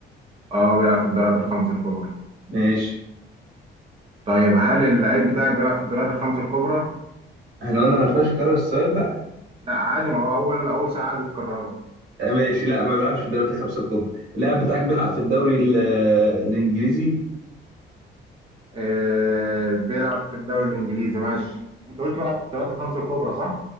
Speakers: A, on the right; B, on the right.
A: اه بيلعب في الدوريات الخمس الكبرى
B: ماشي
A: طيب هل اللعيب بتاعك بيلعب في الدوريات الخمس الكبرى؟
B: احنا قلنا ما ينفعش نكرر السؤال بقى
A: لا عادي ما هو اول اول سؤال عادي تكرره
B: آه ماشي لا ما بيلعبش في الدورات الخمسه الكبرى اللاعب بتاعك بيلعب في الدوري ال- الانجليزي
A: آه بيلعب في الدوري الانجليزي ماشي انت قلت بيلعب في الدوريات الخمس الكبرى صح؟